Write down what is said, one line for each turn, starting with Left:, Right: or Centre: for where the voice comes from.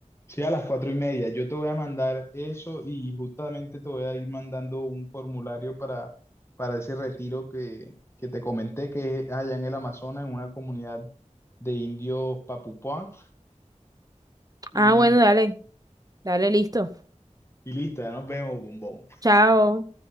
Left: Sí, a las cuatro y media. Yo te voy a mandar eso y justamente te voy a ir mandando un formulario para, para ese retiro que, que te comenté, que es allá en el Amazonas, en una comunidad de indios Papupá. Y,
Right: Ah, bueno, dale, dale, listo.
Left: y listo, ya nos vemos, bombón.
Right: Chao.